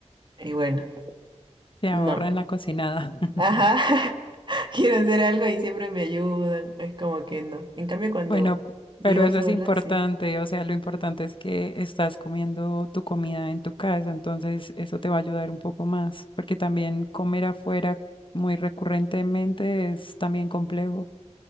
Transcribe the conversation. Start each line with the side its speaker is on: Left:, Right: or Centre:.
Right: y bueno,
Left: Te ahorra
Right: no.
Left: en la cocinada. <laughs>
Right: Ajá. <laughs> Quiero hacer algo y siempre me ayudan. Es como que no. En cambio, cuando
Left: Bueno,
Right: vivo
Left: pero eso
Right: sola,
Left: es importante,
Right: sí.
Left: o sea, lo importante es que estás comiendo tu comida en tu casa, entonces eso te va a ayudar un poco más, porque también comer afuera muy recurrentemente es también complejo.